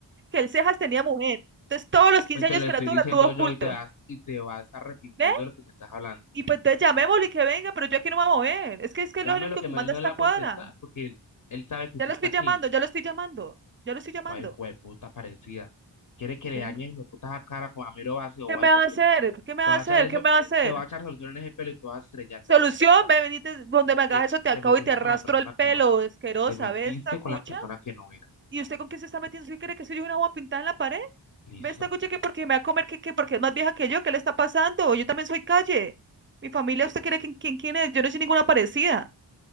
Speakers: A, on the right; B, on the left.
A: que el Cejas tenía mujer. Entonces, todos los 15
B: Pues te
A: años
B: lo
A: que
B: estoy
A: la tuvo,
B: diciendo
A: la tuvo oculto.
B: yo y te vas, y te vas arrepintiendo
A: ¿Ve?
B: de lo que me estás hablando.
A: Y pues entonces llamémosle y que venga, pero yo aquí no me voy a mover. Es que es que
B: Llame
A: él no es el único
B: lo que
A: que
B: me-
A: manda
B: él no
A: esta
B: le va
A: cuadra.
B: a contestar, porque él, él sabe que usted
A: Ya lo
B: está
A: estoy
B: aquí.
A: llamando, ya lo estoy llamando, ya lo estoy llamando.
B: Ay, jueputa parecida. Quiere que le
A: Ve.
B: dañen puta la cara con Amiro vacío,
A: ¿Qué me
B: ay,
A: va
B: jueputa.
A: a hacer? ¿Qué me
B: Te
A: va
B: va
A: a hacer?
B: a echar eso,
A: ¿Qué me va a hacer?
B: te va a echar solución en ese pelo y te vas a estrellarte,
A: Solución,
B: re puta,
A: me venite donde me hagas
B: Que
A: eso, te
B: te
A: acabo
B: metiste
A: y te arrastro
B: con la persona
A: el pelo,
B: que no era.
A: asquerosa,
B: Te metiste
A: ve esta cucha.
B: con la persona que no era.
A: ¿Y usted con qué se está metiendo? ¿Usted cree que soy yo una agua pintada en la pared?
B: Listo.
A: Ve esta cucha que porque me va a comer, que, que porque es más vieja que yo, ¿qué le está pasando? Yo también soy calle. Mi familia, ¿usted cree que quién, quién es? Yo no soy ninguna parecida.